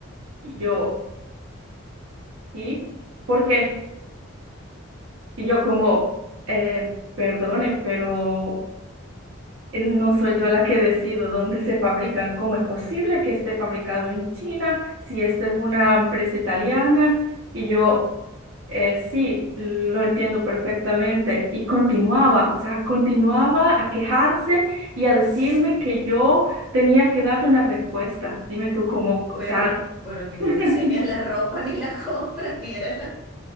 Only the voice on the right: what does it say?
Y yo, ¿sí? ¿Por qué? Y yo como, "Eh, perdone, pero No soy yo la que decido dónde se fabrican. ¿Cómo es posible que esté fabricado en China si esta es una empresa italiana? Y yo, eh, sí, lo entiendo perfectamente. Y continuaba, o sea, continuaba a quejarse y a decirme
que yo tenía que darle una respuesta. Dime tú cómo, o
sea,
<laughs>